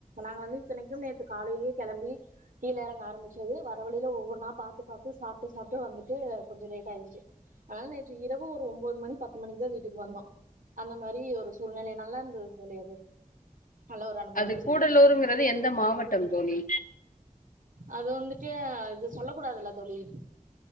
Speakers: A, on the right; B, on the left.
A: நாங்க வந்து இத்தனைக்கும் நேற்று காலையேயே கிளம்பி கீழ இறங்க ஆரம்பிச்சது வர வழியில ஒவ்வொ நாள் பாத்து பாத்து சாப் ட்டு சாப்ட்டு வந்துட்டு கொஞ்சம் லேட் ஆயிருச்சு அதனால நேற்று இரவு ஒரு ஒம்போது மணி பத்து மணிக்கு தான் வீட்டுக்கு வந்தோம் அந்த மாரி ஒரு சூழ்நிலை நல்லா இருந்தது தோழி அது நல்ல ஒரு அனுபவம்னே
B: அது கூடலூருங்கிறது
A: சொல்லா
B: எந்த மாவட்டம் தோழி
A: அது வந்துட்டு இது சொல்ல கூடாதுல்ல தோழி <inaudible>